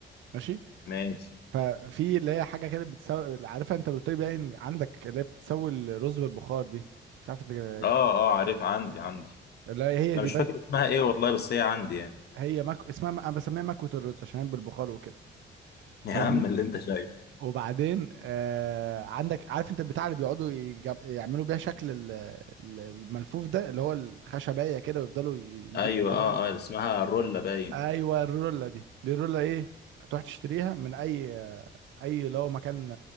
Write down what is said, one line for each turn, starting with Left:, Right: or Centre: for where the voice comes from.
Right: ماشي
Left: ماشي
Right: آه، في اللي هي حاجه كده بتسوي عارفها انت بتقول إيه باين عندك اللي هي بتسوي الرز بالبخار دي مش عارف انت
Left: اه
Right: جبتها
Left: اه عارف عندي عندي
Right: لا هي
Left: انا
Right: دي
Left: مش
Right: بنت
Left: فاكر اسمها ايه والله بس هي عندي يعني
Right: هي مك... اسمها انا بسميها مكوة الرز عشان هي بالبخار وكده
Left: <laughs> يا
Right: فالم...
Left: عم اللي انت شايفه
Right: وبعدين آه عندك عارف انت البتاع اللي بيقعدوا يجب... يعملوا بيها شكل ال- ال- الملفوف ده اللي هو الخشبية كده ويفضلوا يدوسوا
Left: ايوه
Right: عليها
Left: اه اه اسمها رولا باين
Right: ايوه الرولا دي دي الرولا ايه هتروح تشتريها من اي اي اللي هو مكان